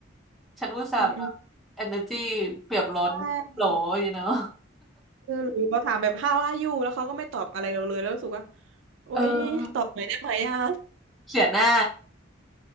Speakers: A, in the centre; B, on the right (about 70°).
A: ฉันอุตส่าห์แบบเอเนอร์จีเปี่ยมล้นโหลอยู่เนาะ
B: อืมอืมใช่คือหรือเราถามแบบ how are you แล้วเขาก็ไม่ตอบอะไรเราเลยแล้วรู้สึกว่าอุ๊ยตอบหน่อยได้ไหมอ่ะ
A: เออเสียหน้า